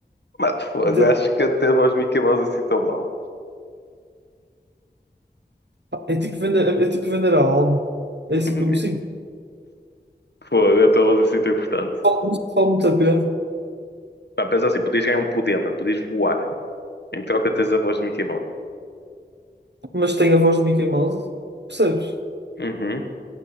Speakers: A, on the left; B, on the right.
A: Mano, fogo,
B: Ente-
A: acho que até a voz do Mickey Mouse é assim tão mal.
B: É tipo vender, é tipo vender a alma. É
A: <laughs>
B: assim como sinto.
A: Fogo, a tua voz é assim tão importante.
B: Falo- Não se fala muito a pena,
A: Mano, pensa assim, podias ganhar um poder, mano, podias voar. Em troca tens a voz do Mickey Mouse.
B: mas tem a voz do Mickey Mouse, percebes?
A: Uhum.